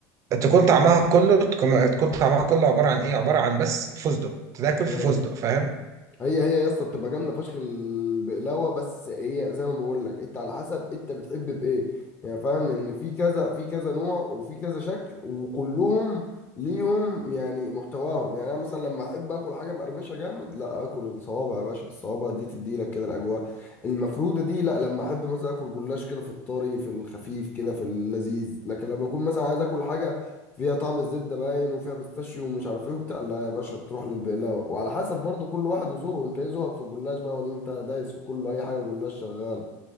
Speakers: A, on the right; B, on the left.
A: تكون طعمها كله تكون تكون طعمها كله عباره عن ايه عباره عن بس فستق تاكل
B: ايوه
A: في فستق فاهم
B: هي هي يا اسطى بتبقى جامده فشخ البقلاوه بس هي زي ما بقول لك انت على حسب انت بتحب بايه يعني فاهم لان في كذا في كذا نوع وفي كذا شكل وكلهم ليهم يعني محتواهم يعني انا مثلا لما احب اكل حاجه مقرمشه جامد لا اكل الصوابع يا باشا الصوابع دي تدي لك كده الاجواء المفروده دي لا لما احب مثلا اكل جلاش كده في الطري في الخفيف كده في اللذيذ لكن لما اكون مثلا عايز اكل حاجه فيها طعم الزبده باين وفيها بيستاشيو ومش عارف ايه وبتاع لا يا باشا تروح للبقلاوه وعلى حسب برضو كل واحد وذوقه انت ايه ذوقك في الجلاش بقى ولا انت دايس في كله اي حاجه جلاش شغال